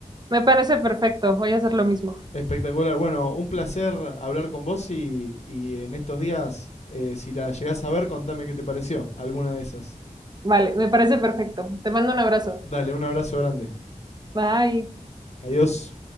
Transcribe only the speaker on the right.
Me parece perfecto. Voy a hacer lo mismo.
Vale, me parece perfecto. Te mando un abrazo.
Bye.